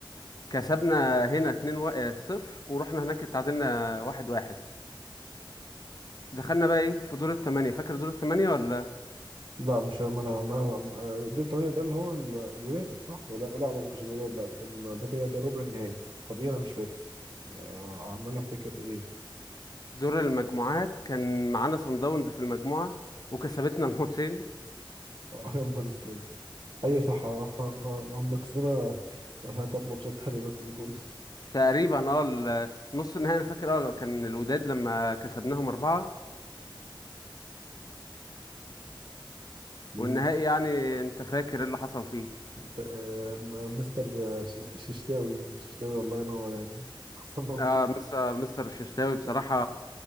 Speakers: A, on the left; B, on the right.
A: كسبنا هنا اتنين وا- آه، صفر ورحنا هناك اتعادلنا واحد واحد دخلنا بقى ايه في دور التمانية فاكر دور التمانية ولا
B: لا مش ما انا ما أنا- دول الثمانية ده اللي هو ال- الوداد صح ولا لا ما كانش الوداد لا ده كان ده كده ده ربع النهائي طب ايه انا مش فاكر آه، عمال افتكر ايه
A: دور المجموعات كان معانا صن داونز في المجموعة وكسبتنا الماتشين
B: <laughs> آه، يا نهار اسود ايوه صح آه، آه، آه، هم كسبونا آه، تلات ماتشات تقريبا في البطولة
A: وتقريبا اه ال- نص النهائي انا فاكر اه كان الوداد لما كسبناهم أربعة
B: مم.
A: والنهائي
B: <laughs>
A: يعني انت فاكر ايه اللي حصل فيه
B: آه، م- مستر آه، ش- ش- ششتاوي ششتاوي الله ينور يعني <laughs> خسرنا البطولة
A: اه مستر مستر الششتاوي بصراحة